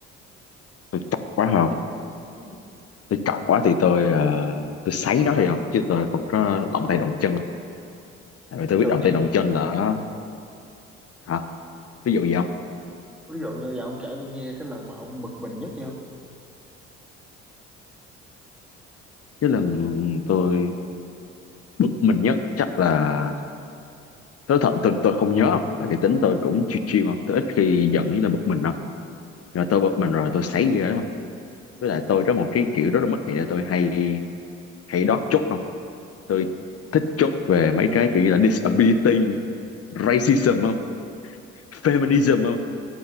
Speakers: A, on the left (about 40°); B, in the centre.
A: tôi chọc quá không
B: ừ
A: tôi chọc quá thì tôi ờ, tôi sấy nó thôi không chứ tôi không có động tay động chân tại vì tôi
B: ví
A: biết
B: dụ
A: động
B: đi
A: tay động chân là nó hả ví dụ gì không
B: ví dụ như giờ ông kể tôi nghe cái lần mà ông bực mình nhất đi không
A: chứ lần tôi bực mình nhất chắc là tôi thật tôi, tôi không nhớ không tại vì tính tôi cũng chill chill không tôi ít khi giận như là bực mình không nhưng mà tôi bực mình rồi tôi sấy ghê đúng không với lại tôi có một cái kiểu rất là mất vậy là tôi hay hay đót chốt không tôi thích chốt về mấy cái kiểu như là disability racism không feminism không